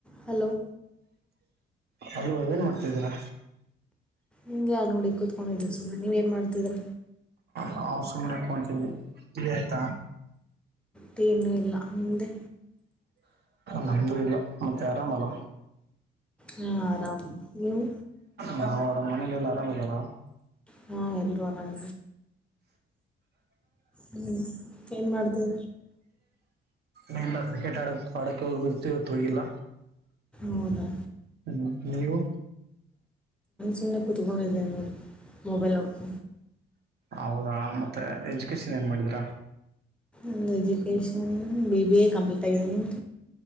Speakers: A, in the centre; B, on the right.
A: Hello
B: hello ಏನ್ ಮಾಡ್ತಾಿದ್ದೀರಾ
A: ಹಾಂಗೆ ನೋಡಿ ಕುೂತ್ಕೊಂಡಿದ್ದೆ ಸುಮ್ಮ ನೀವ ಏನ್ ಮಾಡ್ತಿದ್ರ
B: ನಾವು ಸುಮ್ನೆ ಕಂತೀವಿ ಇ ಆಯ್ತಾ
A: ತೇನುೂ ಇಲ್ಲ ಹ್ದೆ
B: ನಮ್ದು ಇಲ್ಲ ಮತ್ತೆ ಆರಾಮಲ್ಲ
A: ಹಾಂ ಆರಾಮ್ ನೀವು
B: ನಾವುರಾಮ ಮನಲೆಲ್ಲ ಆರಾಮ್ದಾರಾ
A: ಹಾ ಎಲ್ವಾ ನಲ್ ಹ್ಮ್ ಏನ್ ಮಾಡ್ರ
B: ನಲ್ಲ ಕ್ರಿಕೆಟ್ ಆಡಕ್ ಆಡಕ್ಕೆ ಹೋಗ್ಬಿ ಇವತ್ತುಳಿಲ್ಲ
A: ಹೌದಾ
B: ಹ ನೀವು
A: ಚಿನ್ನ ಕುತ್ಕೊಂಡ ಇದದೆ ಮೊಬೈಲ್ ಒಡ್ಕ
B: ಹೌದಾ ಮತ್ತೆ ಎಜುಕೇಶನ್ ಏನ್ ಮಾಡಿದೀರಾ
A: ಒ education B B A complete ಆಗಿದೆ ನಿ